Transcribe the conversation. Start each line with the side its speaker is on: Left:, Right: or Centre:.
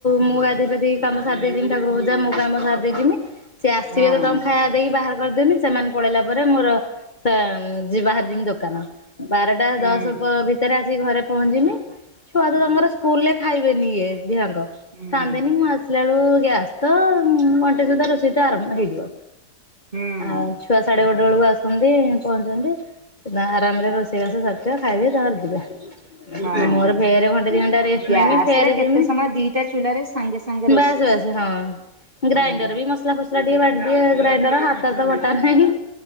Left: ମୁଁ ଗାଧେଇ ପାଧେଇ କାମ ସାରି ଦେଇଥିନି। ତାକୁର ଭୁଜା ମୋ କାମ ସାରିଦେଇଥିମି ସିଏ ଆସିବେ
Right: ହଁ।
Left: ତମ ଖାଇବା ଦେଇକି ବାହାର କରିଦେମି ସେମାନେ ପଳେଇଲା ପରେ ମୋର ତା ଜ ବାହାରି ଯମି ଦୋକାନ। ବାରଟା
Right: ହୁଁ
Left: ଦଶ ପ ଭି ସେତେରେ ଆସିି ଘରେ ପହଞ୍ଚିବି ଛୁଆ ତ ତାଙ୍କର ସ୍କୁଲ ରେ ଖାଇବେନି ଇଏ ଦିହାଙ୍କ।
Right: ହୁଁ
Left: କାନ୍ଦେନି ମୁଁ ଆସିଲା ବେଳକୁ ଗ୍ୟାସ୍ ତ ଘଣ୍ଟେ ସୁଧା ରୋଷେଇ ତ ଆରମ୍ଭ ହେଇଯିବ।
Right: ହୁଁ
Left: ଆଉ ଛୁଆ ସାଢେ ଗୋ ଦୋଳକୁ ଆସନ୍ତି ପହଞ୍ଚନ୍ତି ନା ଆରାମରେ ରୋଷେଇ ବାସ ସରିଦିଅ ଖାଇବେ ତାଙ୍କର ଯିବେ।
Right: ହଁ।
Left: ମୋର ଫେରେ ଘଣ୍ଟେ ଦି ଘଣ୍ଟା ରେଷ୍ଟ
Right: ଗ୍ୟାସ
Left: ନେମି ଫେରେ
Right: ରେ କେତେ
Left: ଯିମି।
Right: ସମୟ ଦିଟା ଚୁଲାରେ ସାଙ୍ଗେ ସାଙ୍ଗେ ରୋଷେଇ
Left: ବାସ ବାସ ହଁ।
Right: ହୁଁ।
Left: ଗ୍ରାଇଣ୍ଡର ବି ମସଲା ଫସଲା ଟିକେ ବାଟିଦିଏ ଗ୍ରାଇଣ୍ଡର ହାତରେ ତ ବଟା ନାହିଁ।